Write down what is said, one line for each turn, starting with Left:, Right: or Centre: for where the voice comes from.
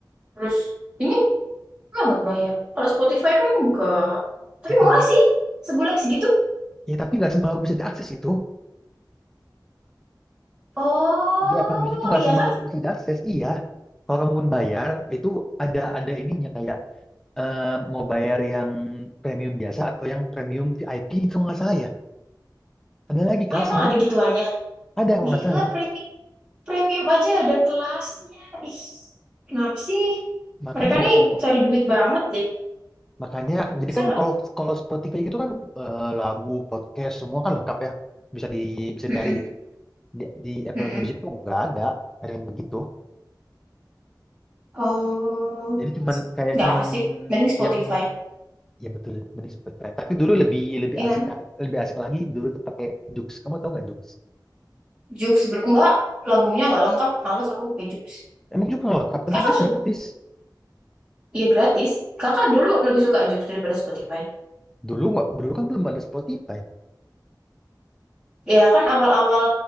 Right: terus ini banget bayar. Kalau Spotify kan enggak. Tapi
Centre: itulah
Right: murah sih. Sebulan segitu.
Centre: Ya tapi nggak semua aku bisa diakses itu.
Right: Oh,
Centre: Di Apple Music itu nggak
Right: iya
Centre: semua
Right: kah?
Centre: aku bisa diakses. Iya. Kalau kamu pun bayar, itu ada ada ininya kayak eh, mau bayar yang premium biasa atau yang premium VIP itu nggak salah ya. Ada lagi kelasnya.
Right: Ah, emang ada gituannya.
Centre: Ada kalau
Right: Gila,
Centre: nggak salah.
Right: premium premium aja ada kelasnya. Ih, kenapa sih?
Centre: Makanya
Right: Mereka
Centre: nggak
Right: nih
Centre: semua
Right: cari duit banget deh.
Centre: Makanya, jadi
Right: Bisa
Centre: kan
Right: nggak?
Centre: kalau kalau Spotify gitu kan eh, lagu, podcast semua kan lengkap ya, bisa di bisa
Right: Mm-mm.
Centre: cari gitu. Di, di Apple
Right: Mm-mm.
Centre: Music tuh nggak ada, ada yang begitu.
Right: Oh,
Centre: Jadi cuman kayak
Right: nggak
Centre: cuman
Right: asik mending Spotify
Centre: yang ya betul mending Spotify. Tapi dulu lebih lebih
Right: ya
Centre: asik
Right: kan
Centre: kan, lebih asik lagi dulu tuh pakai Joox. Kamu tau nggak Joox?
Right: Joox sebelum enggak lagunya nggak lengkap males aku pakai Jux.
Centre: Emang Joox nggak lengkap, tapi
Right: kakak
Centre: Joox
Right: su
Centre: gratis.
Right: ya gratis kakak dulu lebih suka Jux daripada Spotify
Centre: Dulu nggak, dulu kan belum ada Spotify.
Right: ya kan awal-awal